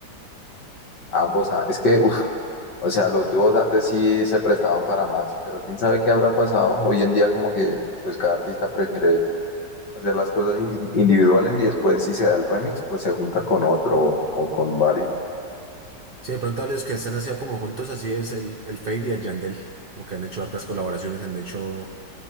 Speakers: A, on the left (about 70°); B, on the right (about 55°).
A: Ambos, ah, es que, uff, o sea, los dúos antes sí se prestaban para más, pero quién sabe qué habrá pasado. Hoy en día como que, pues cada artista prefiere hacer las cosas in- individuales y después si se da el remix, pues se junta con otro o o con varios.
B: Sí, de pronto a los que están haciendo como juntos, así es el, el Fade y el Yandel. Como que han hecho hartas colaboraciones, han hecho